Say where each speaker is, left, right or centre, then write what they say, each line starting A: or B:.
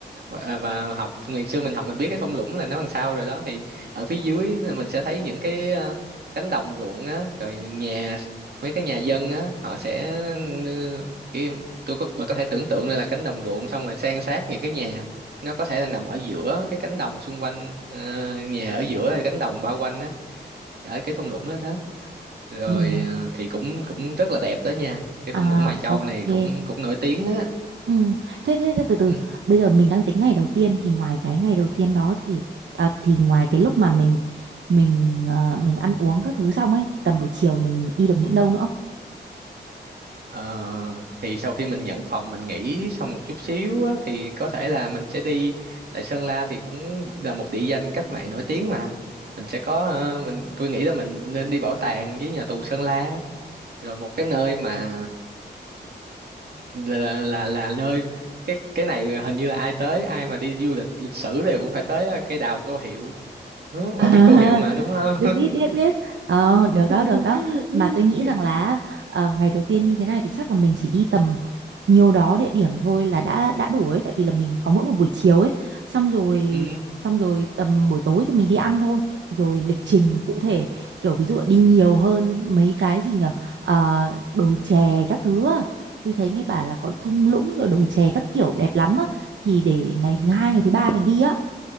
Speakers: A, on the right; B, on the right.
A: và, và học ngày xưa mình học mình biết cái thung lũng là nó làm sao rồi đó thì ở phía dưới là mình sẽ thấy những cái ờ, cánh đồng ruộng á rồi nhà mấy cái nhà dân á họ sẽ ừ, cái tôi có bà có thể tưởng tượng đây là cánh đồng ruộng xong rồi san sát những cái nhà nó có thể là nằm ở giữa cái cánh đồng xung quanh ờ, nhà ở giữa là cánh đồng bao quanh á ở cái thung lũng đó đó rồi
B: Ừ.
A: ờ, thì cũng cũng rất là đẹp đó nha cái
B: À,
A: thung lũng Mai Châu
B: ok.
A: này cũng cũng nổi tiếng á
B: Ừ. Thế, thế, thế từ từ
A: ừ.
B: bây giờ mình đang tính ngày đầu tiên thì ngoài cái ngày đầu tiên đó thì à, thì ngoài cái lúc mà mình mình ờ, mình ăn uống các thứ xong ấy thì tầm buổi chiều mình đi được những đâu nữa
A: Ờ, thì sau khi mình nhận phòng mình nghỉ xong một chút xíu á, thì có thể là mình sẽ đi tại Sơn La thì cũng là một địa danh cách mạng nổi tiếng mà mình sẽ có ờ, mình tôi nghĩ là mình nên đi bảo tàng với nhà tù Sơn La rồi một cái nơi mà là là là, là nơi cái cái này hình như là ai tới ai mà đi du lịch lịch sử đều cũng phải tới ờ, cái đào Tô Hiệu Ừ,
B: <laughs> À,
A: bà biết tô hiệu mà đúng không?
B: biết biết Ừ. biết biết ờ, được đó được
A: <laughs>
B: đó mà tôi nghĩ rằng là ờ, ngày đầu tiên như thế này thì chắc là mình chỉ đi tầm nhiều đó địa điểm thôi là đã đã đủ ấy tại vì là mình có mỗi một buổi chiều ấy xong rồi
A: ừ,
B: xong rồi tầm buổi tối thì mình đi ăn thôi rồi lịch trình cụ thể kiểu ví dụ là đi nhiều hơn mấy cái gì nhở Ờ, đồi chè các thứ á. tôi thấy nghe bảo là có thung lũng rồi đồi chè các kiểu đẹp lắm á thì để ngày thứ hai ngày thứ ba mình đi á